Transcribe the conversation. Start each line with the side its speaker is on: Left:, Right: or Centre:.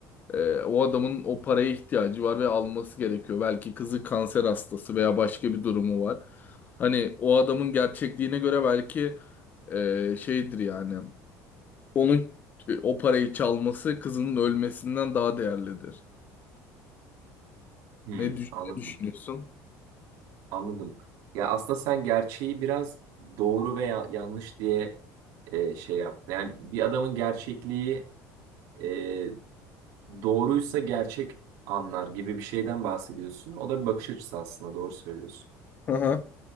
Left: e, o adamın o paraya ihtiyacı var ve alması gerekiyor. Belki kızı kanser hastası veya başka bir durumu var. Hani o adamın gerçekliğine göre belki e, şeydir yani. Onun e, o parayı çalması kızının ölmesinden daha değerlidir.
Right: hmm,
Left: Ne, düş-
Right: anladım.
Left: ne düşünüyorsun?
Right: Anladım. Ya aslında sen gerçeği biraz doğru veya yanlış diye e, şey yaptın. Yani bir adamın gerçekliği e, doğruysa gerçek anlar gibi bir şeyden bahsediyorsun. O da bir bakış açısı aslında doğru söylüyorsun.
Left: Hı hı.